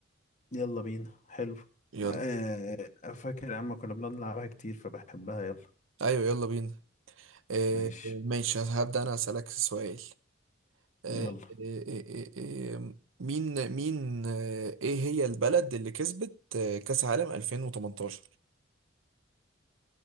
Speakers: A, on the left (about 40°); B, on the right (about 75°).
A: يلا بينا حلو
B: يلا
A: آه، فاكر يا عم كنا بنقعد نلعبها كتير فبحبها يلا
B: ايوه يلا بينا آه،
A: ماشي
B: ماشي هبدأ انا اسألك سؤال آه،
A: يلا
B: آه، آه، آه، آه، مين مين آه، ايه هي البلد اللي كسبت آه، كأس عالم 2018؟